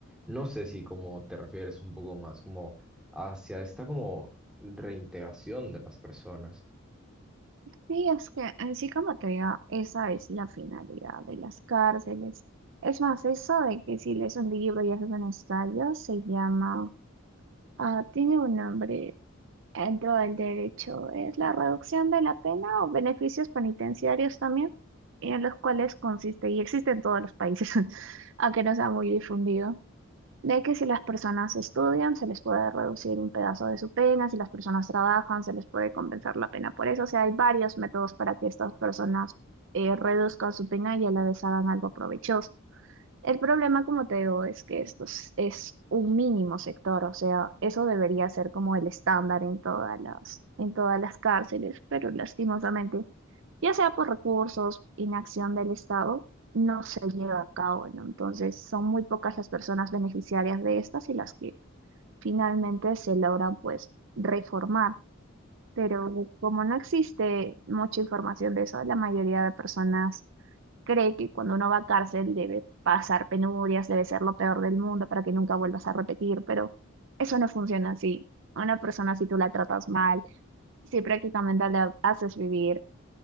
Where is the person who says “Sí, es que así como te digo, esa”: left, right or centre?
Right